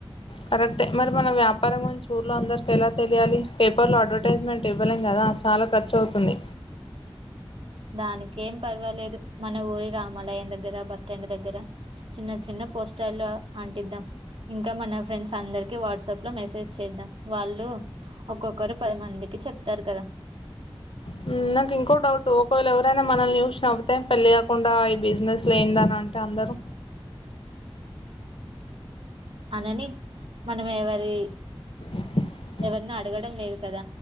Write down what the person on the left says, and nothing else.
కరక్టె మరి మన వ్యాపారం గురించి ఊర్లో అందరికి ఎలా తెలియాలి పేపర్ లో అడ్వర్టైజ్మెంట్ ఇవ్వలేం కదా చాల ఖర్చు అవుతుంది
బ్లాంక్ ఉమ్ నాకు ఇంకో డౌటు ఒకవేళ ఎవరైనా మనల్ని చూసి నవ్వితె పెళ్లి కాకుండ ఈ బిజినెస్ లేందన అంటే అందరు
బ్లాంక్